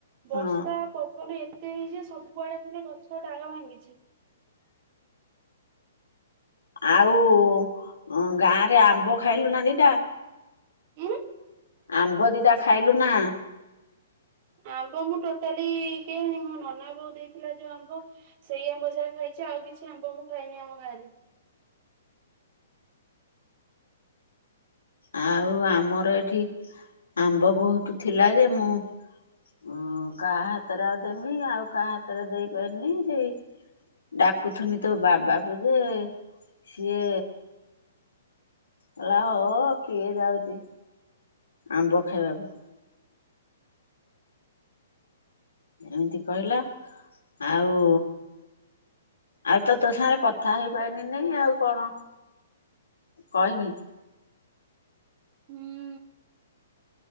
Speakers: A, on the left; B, on the right.
A: ହଁ
B: ବର୍ଷା ପବନ ଏତେ ହେଇଚି ଯେ ସବୁଆଡେ ଖାଲି ଗଛ ଡାଳ ଭାଙ୍ଗିଛି।
A: ଆଉ-ଉ-ଉ ଗାଆଁରେ ଆମ୍ବ ଖାଇଲୁ ନା ଦିଟା?
B: ଉଁ
A: ଆମ୍ବ ଦିଟା ଖାଇଲୁ ନା?
B: ଆମ୍ବ ମୁଁ ଟୋଟାଲି କେହାଣି ମୋ ନନା ବୋଉ ଦେଇଥିଲା ଯୋଉ ଆମ୍ବ ସେଇ ଆମ୍ବ ଯା ଖାଇଛି ଆଉ କିଛି ଆମ୍ବ ମୁଁ ଖାଇନି ଆମ ଗାଆଁରେ।
A: ଆଉ ଆମର ଏଠି ଆମ୍ବ ବହୁତୁ ଥିଲା ଯେ ମୁଁ ଉଁ-ଉଁ କାହା ହାତରେ ଆଉ ଦେମି ଆଉ କାହା ହାତରେ ଦେଇପାଇଲିନି ସେଇ ଡାକୁଥିନି ତୋ ବାବାକୁ ଯେ, ସିଏ କହିଲା ହୋ କିଏ ଯାଉଚି, ଆମ୍ବ ଖାଇବାକୁ। ଏମିତି କହିଲା, ଆଉ ଆଉ ତ ତୋ ସାଙ୍ଗେରେ କଥା ହେଇପାଇଲିନି ଆଉ କଣ କହିମି।
B: ହୁଁ।